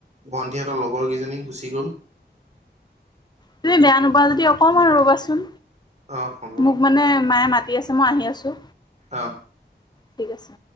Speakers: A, on the right; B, on the left.
A: ভন্টিহঁতৰ লগৰ কেইজনী গুচি গ'ল
B: তুমি বেয়া নোপোৱা যদি অকমান ৰ'বাচোন।
A: আহ হ'ব।
B: মোক মানে মায়ে মাতি আছে। মই আহি আছোঁ।
A: অ'।
B: ঠিক আছে।